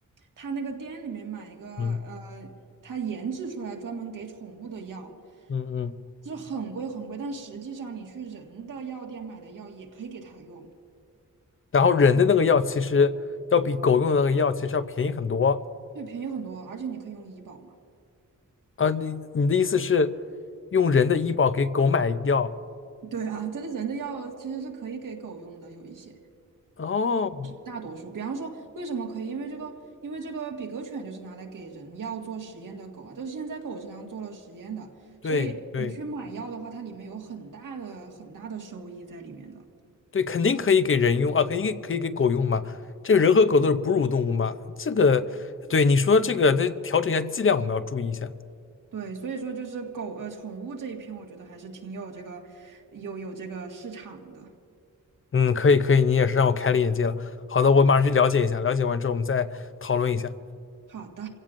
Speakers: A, on the right; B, on the left.
A: 它那个店里面买一个呃，
B: 嗯
A: 它研制出来专门给宠物的药，
B: 嗯嗯。
A: 就是很贵很贵，但实际上你去人的药店买的药也可以给它用，
B: 然后人的那个药其实要比狗用的那个药其实要便宜很多
A: 对，便宜很多，而且你可以用医保嘛。
B: 啊。你你的意思是用人的医保给狗买药？
A: 对啊，<laughs> 这个人的药其实是可以给狗用的，有一些。
B: 哦，
A: 大多数，比方说，为什么可以？因为这个，因为这个比格犬就是拿来给人药做实验的狗啊，都是现在狗身上做了实验的，
B: 对对
A: 所以你去买药的话，它里面有很大的很大的收益在里面的。
B: 对，肯定可以给人用啊，肯定可以给狗用嘛。这个人和狗都是哺乳动物嘛，这个对你说这个得调整一下剂量，我们要注意一下。
A: 对，所以说就是狗，呃，宠物这一篇，我觉得还是挺有这个，有有这个市场的。
B: 嗯，可以可以，你也是让我开了眼界了。好的，我马上去了解一下，了解完之后我们再讨论一下。
A: 好的。